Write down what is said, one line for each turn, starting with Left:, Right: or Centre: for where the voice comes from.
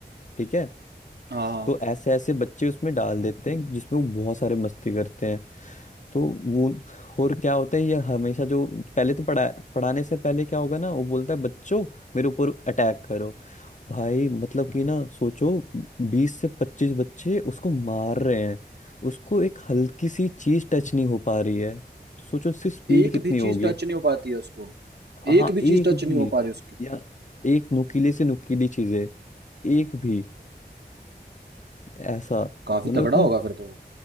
Left: ठीक है
Right: हाँ हाँ
Left: तो ऐसे ऐसे बच्चे उसमें डाल देते हैं जिसमें वो बहुत सारे मस्ती करते हैं तो वो और क्या होता है ये हमेशा जो पहले तो पढ़ा पढ़ाने से पहले क्या होगा ना वो बोलता है बच्चों मेरे ऊपर अटैक करो भाई मतलब कि ना सोचो बीस से पच्चीस बच्चे उसको मार रहे हैं उसको एक हल्की सी चीज टच नहीं हो पा रही है सोचो उसकी स्पीड
Right: एक
Left: कितनी
Right: भी
Left: होगी
Right: चीज टच नहीं हो पाती है उसको
Left: हाँ
Right: एक भी
Left: एक
Right: चीज टच
Left: भी
Right: नहीं हो पा रही उसकी
Left: या एक नुकीले से नुकीली चीजें एक भी ऐसा
Right: काफी
Left: मतलब
Right: तगड़ा
Left: तुम
Right: होगा फिर तो वो